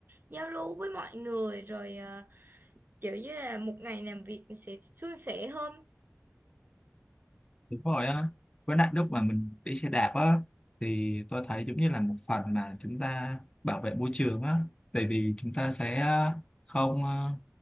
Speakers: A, on the right; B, on the left.
A: giao lưu với mọi người rồi ờ, kiểu như là một ngày làm việc mình sẽ suôn sẻ hơn
B: đúng rồi á với lại lúc mà mình đi xe đạp á thì tôi thấy giống như là một phần mà chúng ta bảo vệ môi trường á tại vì chúng ta sẽ ờ, không ờ,